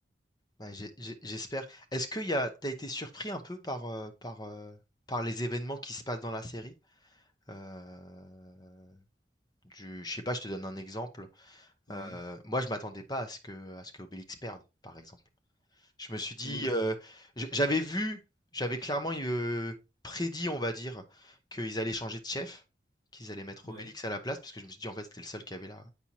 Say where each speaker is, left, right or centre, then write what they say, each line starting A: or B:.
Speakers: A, on the left (about 25°); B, on the left (about 70°).
A: Bah, j'ai- j'ai- j'espère. Est-ce que y a, t'as été surpris un peu par, euh, par, euh, par les événements qui se passent dans la série? Euh, du, je sais pas, je te donne un exemple.
B: oui,
A: Euh, moi, je m'attendais pas à ce que, à ce que Obélix perde, par exemple. Je me suis dit,
B: oui,
A: euh, j- j'avais vu, j'avais clairement euh, prédit, on va dire, qu'ils allaient changer de chef, qu'ils allaient mettre
B: oui,
A: Obélix à la place, parce que je me suis dit, en fait, c'était le seul qui avait la,